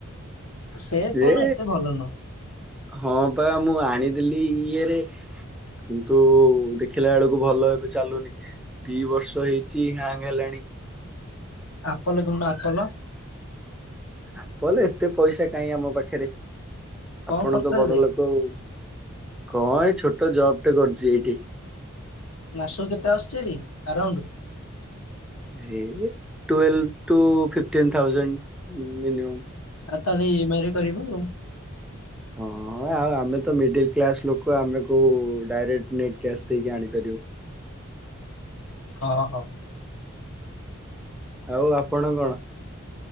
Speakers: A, on the left; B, in the centre.
A: ସେ
B: ଯେ
A: ଫୋନ୍ ଏତେ ଭଲ ନୁହଁ।
B: ହଁ ପା ମୁଁ ଆଣିଥିଲି ଇଏରେ କିନ୍ତୁ ଦେଖିଲା ବେଳକୁ ଭଲ ଏବେ ଚାଲୁନି ଦି ବର୍ଷ ହେଇଛି ହ୍ୟାଙ୍ଗ ହେଲାଣି। <inaudible>
A: Apple କିଣୁନା Apple.
B: ଆପଲ ଏତେ ପଇସା କାହିଁ ଆମ ପାଖରେ।
A: କଣ
B: ଆପଣ
A: କରୁଛ
B: ତ ବଡ
A: ଏବେ?
B: ଲୋକ ଆଉ କଣ ଏ ଛୋଟ ତ ଜବଟେ କରିଛି ଏଇଠି।
A: ନାସକୁ କେତେ ଆସୁଚ ଆରାଉଣ୍ଡ।
B: ହେ twelve to fifteen thousand minimum.
A: ଆଉ ତାହେଲେ ଇ ଏମ ଆଇ ରେ କରିବୁ ଆଉ।
B: ହଁ ଆଉ ଆମେ ତ ମିଡିଲ କ୍ଲାସ ଲୋକ ଆମେ କୋଉ ଡାଇରେକ୍ଟ ନେଟ କ୍ୟାସ୍ ଦେଇକି ଆଣିପାରିବୁ।
A: ହଁ ହୋ।
B: ଆଉ ଆପଣ କଣ